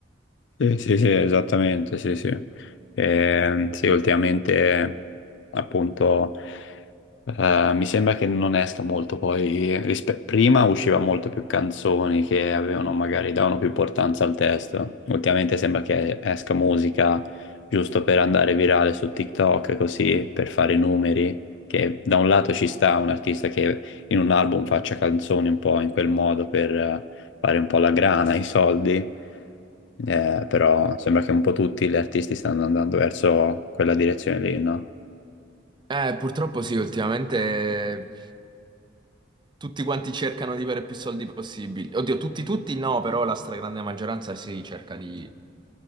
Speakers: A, on the left (about 70°); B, on the right (about 25°).
A: Sì, sì, sì, esattamente, sì, sì. Ehm, sì, ultimamente appunto. Eh, mi sembra che non esca molto poi, rispe- prima usciva molto più canzoni che avevano magari davano più importanza al testo. Ultimamente sembra che esca musica giusto per andare virale su TikTok, così per fare i numeri, che da un lato ci sta un artista che in un album faccia canzoni un po' in quel modo per eh, fare un po' la grana, i soldi, Eh, però sembra che un po' tutti gli artisti stanno andando verso quella direzione lì, no?
B: Eh, purtroppo sì, ultimamente. Tutti quanti cercano di avere più soldi possibili. Oddio, tutti, tutti no, però la stragrande maggioranza sì, cerca di,